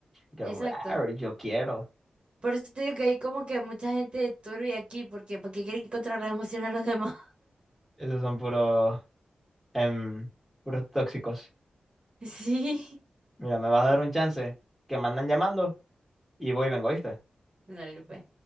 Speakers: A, in the centre; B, on the right (about 40°).
A: que
B: exacto.
A: rar, yo quiero.
B: Por eso te digo que hay como que mucha gente turbia aquí, porque ¿para qué quiere controlar las emociones de los demás?
A: Esos son puros, em, puros tóxicos.
B: <laughs> Sí.
A: Mira, me vas a dar un chance, que me andan llamando y voy y vengo, ¿oíste?
B: Dale, pues.